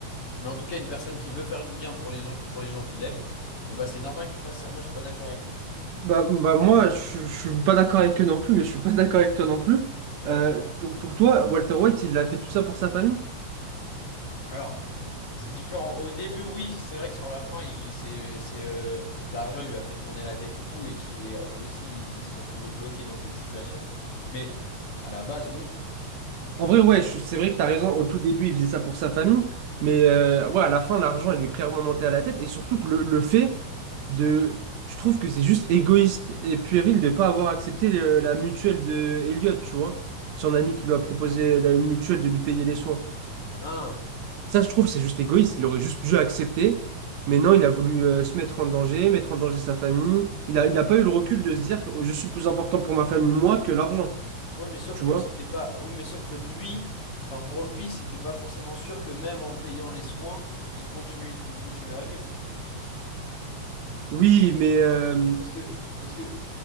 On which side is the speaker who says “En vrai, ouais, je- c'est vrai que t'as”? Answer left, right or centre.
Right